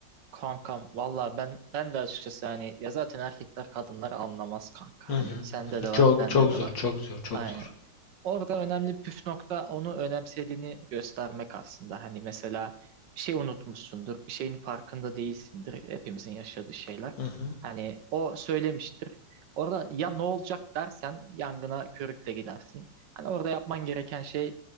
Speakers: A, on the right; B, on the left.
A: Kankam valla ben ben de açıkçası hani ya zaten erkekler kadınları anlamaz kanka.
B: Hı hı.
A: Hani sende
B: hı hı.
A: de var
B: Çok
A: bende
B: çok
A: de
B: zor,
A: var.
B: çok zor, çok
A: Aynen.
B: zor.
A: Orada önemli püf nokta onu önemsediğini göstermek aslında. Hani mesela bir şey unutmuşsundur, bir şeyin farkında değilsindir. Hepimizin yaşadığı şeyler.
B: Hı hı.
A: Hani o söylemiştir. Orada ya ne olacak dersen yangına körükle gidersin. Hani orada yapman gereken şey